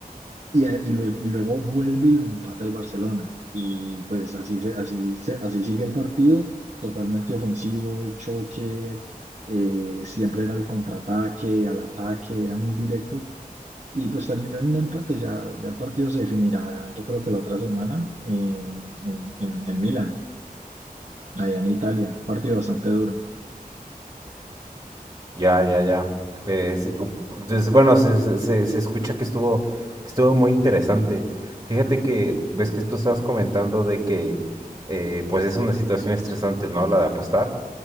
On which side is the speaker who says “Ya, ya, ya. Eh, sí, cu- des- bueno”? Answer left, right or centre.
Right